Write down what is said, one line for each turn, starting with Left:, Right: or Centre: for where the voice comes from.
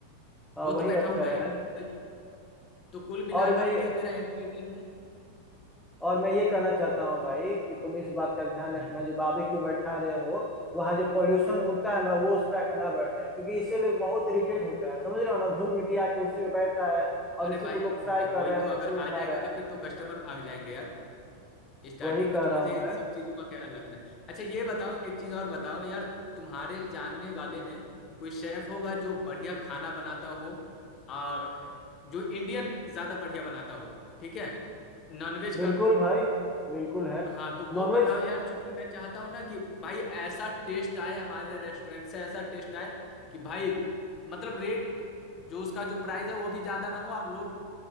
Centre: हाँ,
Left: वो
Centre: वही
Left: तो बैठाऊंगा
Centre: बात कर रहे
Left: ही
Centre: हैं
Left: तो, तो कुल मिलाकर
Centre: और मैं
Left: के मेरा इंटीरियर में
Centre: और मैं ये कहना चाहता हूँ भाई कि तुम इस बात का ध्यान
Left: हम्म
Centre: रखना जो बाबी क्यों बैठा रहे हो वहाँ जो पॉल्यूशन उड़ता है ना वो उस पे आके ना बैठे क्योंकि इससे लोग बहुत इरिटेट होता है समझ रहे हो ना धूल मिट्टी आके उसी पे बैठ रहा है और
Left: अरे
Centre: उसी
Left: भाई
Centre: को लोग फ्राई
Left: वही
Centre: कर रहे
Left: तो
Centre: हैं उसी
Left: अगर
Centre: को
Left: आ
Centre: खा
Left: जाएगा
Centre: रहे हैं
Left: तो फिर तो कस्टमर भाग जाएंगे यार स्टार्टिंग
Centre: वही
Left: में
Centre: कह
Left: तो
Centre: रहा
Left: मुझे
Centre: हूँ मैं
Left: इन सब चीजों का ख्याल रखना है अच्छा ये बताओ एक चीज और बताओ यार तुम्हारे जानने वाले में कोई शेफ होगा जो बढ़िया खाना बनाता हो और जो इंडियन ज्यादा बढ़िया बनाता हो ठीक है नॉनवेज
Centre: बिल्कुल
Left: का
Centre: भाई बिल्कुल है
Left: हाँ तो
Centre: नॉनवेज
Left: वो बताओ यार चूंकि मैं चाहता हूँ ना कि भाई ऐसा टेस्ट आए हमारे रेस्टोरेंट से ऐसा टेस्ट आए कि भाई मतलब रेट जो उसका जो प्राइस है वो भी ज्यादा ना हो और लोग